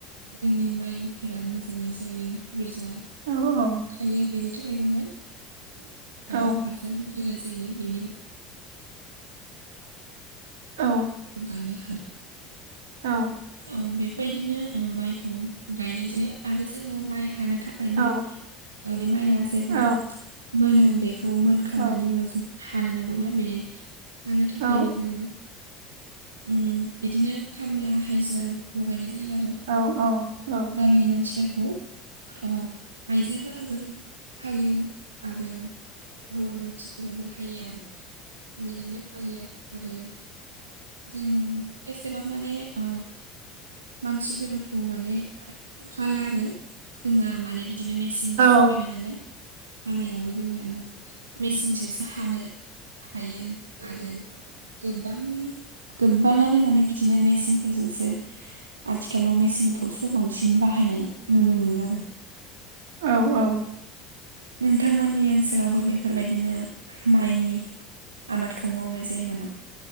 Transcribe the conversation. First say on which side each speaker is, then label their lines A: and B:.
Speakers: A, on the right (about 85°); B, on the right (about 75°).
A: जोंनि माइफोरा मोजाङै जायो। बुरजा
B: औ औ
A: थायो। बेनि थाखाय जोङो
B: औ
A: ओ हासार होग्रोनाय जायो। बेनि
B: औ।
A: गायनो हायो।
B: औ।
A: औ। ओ बेफोरबायदिनो माइखौ गायनाय जायो। आरो जोङो माइ हानो थाखाय
B: औ
A: थाखायबो माइआ जेब्ला
B: औ
A: मोनो बेखौ मोनखांनायनि
B: औ
A: उनाव जों हानो नांगौ ना बेनि हानो थाखायबो
B: औ
A: जोङो उम बिदिनो खामला, हाजिरा लगायनाय जायो आरो।
B: औ औ
A: गामिनि मानसिफोरखौ ओ आइजोफोराबो हायो। आरो हवा मानसिफोराबो हायो आरो बिदिनो फायो। आरो जों एसेबां माने ओ मानसिफोरखौ माने खााला आरो जोंना माने बिदिनो मेचिन सफैबाय
B: औ
A: नालाय। हानायाबो जोंनिया मा मेचिनजोंसो हानो हायो। आरो गोबां गोबाङानो माने बिदिनो मेचनफोरजोंसो आथिखाल आथिखालाव मेसिनखौसो बांसिन बाहायनाय नुनो मोनो आरो
B: औ औ।
A: नोंथांमोननि ओनसोलावबो बेफोरबायदिनो माइनि आबादखौ मावनाय जायो नामा?